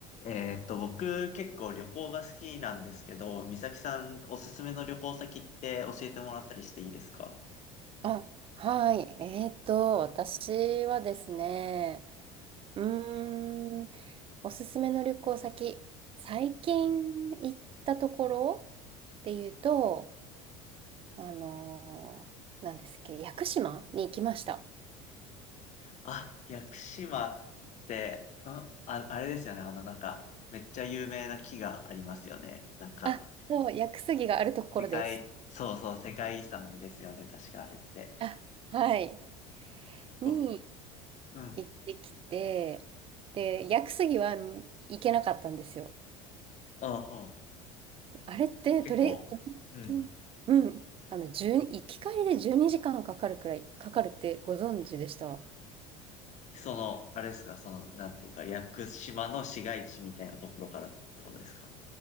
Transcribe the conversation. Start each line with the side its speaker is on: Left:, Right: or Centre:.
Left: えーっと、僕結構旅行が好きなんですけど、美咲さんおすすめの旅行先って教えてもらったりしていいですか
Right: あ、はい。えーと、私はですね、うーん、おすすめの旅行先、最近行ったところっていうと、あのー、なんですっけ、屋久島に行きました。
Left: あ、屋久島って、んあ、あれですよね。あの、なんか、めっちゃ有名な木がありますよね。なんか、
Right: あ、そう、屋久杉があるところです。
Left: 世界、そうそう、世界遺産ですよね、確かあれって。
Right: あ、はい。に
Left: お、うん。
Right: 行ってきて、で、屋久杉は行けなかったんですよ。
Left: あ、ほう。
Right: あれってトレ、
Left: 結構、
Right: トレッキング、
Left: うん。
Right: うん、あの、1行き帰りで12時間かんかかるくらい、かかるってご存知でした
Left: その、あれですか、その、なんていうか、屋久島の市街地みたいなところからってことですか。